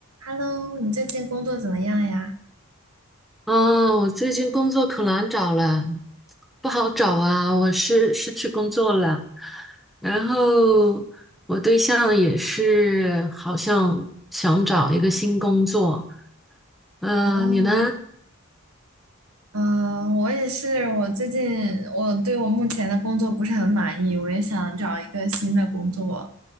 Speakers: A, on the right; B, in the centre.
A: Hello，你最近工作怎么样呀？
B: 哦，我最近工作可难找了，不好找啊，我是失去工作了，然后我对象也是好像想找一个新工作，嗯、
A: 哦，
B: 你呢？
A: 嗯，我也是，我最近我对我目前的工作不是很满意，我也想找一个新的工作，